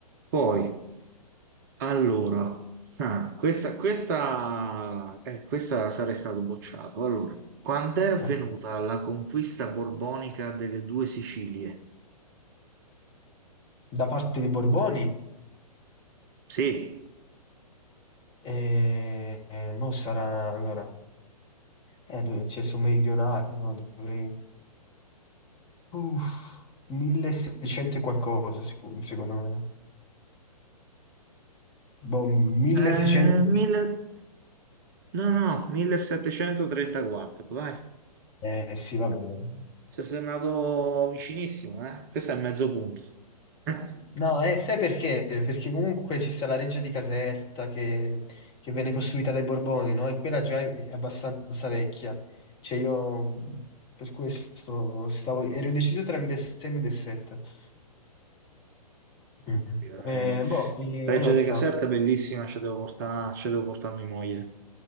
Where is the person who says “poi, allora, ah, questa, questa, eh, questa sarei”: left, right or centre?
Right